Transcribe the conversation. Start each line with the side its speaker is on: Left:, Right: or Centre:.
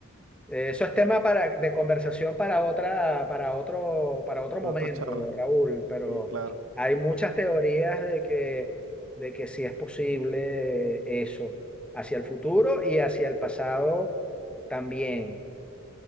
Centre: Eh, Eso es tema para, de conversación para otra, para otro, para otro momento,
Right: para otra charla.
Centre: Raúl, pero
Right: Sí, claro.
Centre: hay muchas teorías de que, de que sí es posible eso, hacia el futuro y hacia el pasado también.